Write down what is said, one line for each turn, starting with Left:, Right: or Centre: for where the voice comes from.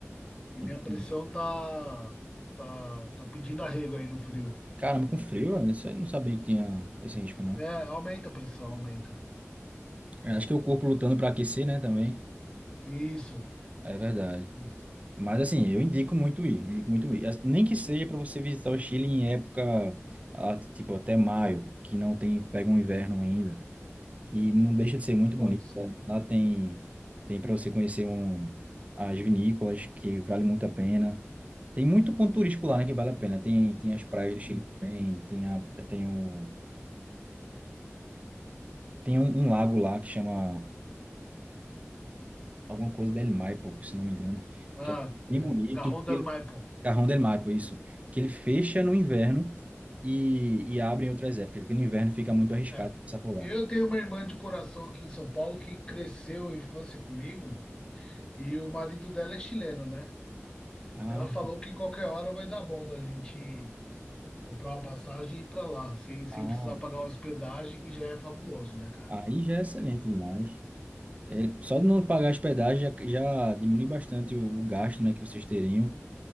Left: E minha
Right: enfim.
Left: pressão tá, tá, tá pedindo arrego aí no frio.
Right: Caramba, com frio, eu não sa- não sabia que tinha esse risco, não.
Left: É, aumenta a pressão, aumenta.
Right: Eu acho que é o corpo lutando para aquecer, né, também.
Left: Isso,
Right: É verdade.
Left: isso,
Right: Mas assim, eu indico muito ir, indico muito ir. As- Nem que seja para você visitar o Chile em época, ah, tipo, até maio, que não tem, pega um inverno ainda. E não deixa de ser muito
Left: pode
Right: bonito.
Left: ser.
Right: né? Lá tem, tem para você conhecer um, as vinícolas, que vale muito a pena. Tem muito ponto turístico lá, né, que vale a pena. Tem, tem as praias do Chile
Left: Hum.
Right: também, tem, a, tem, o, tem um, um lago lá que chama alguma coisa del Maipo, se não me engano,
Left: Ah,
Right: que é um
Left: é,
Right: bem bonito,
Left: Cajón del
Right: ele,
Left: Maipo.
Right: Cajón del Maipo, isso, que ele fecha no inverno e, e abre em outras épocas, porque no inverno fica muito arriscado
Left: É.
Right: passar por lá.
Left: Eu tenho uma irmã de coração aqui em São Paulo que cresceu a infância comigo e o marido dela é chileno, né?
Right: Ah,
Left: Ela falou que qualquer hora vai dar bom da gente comprar uma passagem e ir pra lá, sem, sem
Right: ah,
Left: precisar pagar hospedagem, que já é fabuloso, né, cara?
Right: aí já é excelente demais. É, só de não pagar hospedagem já, já diminui bastante o, o gasto, né, que vocês teriam.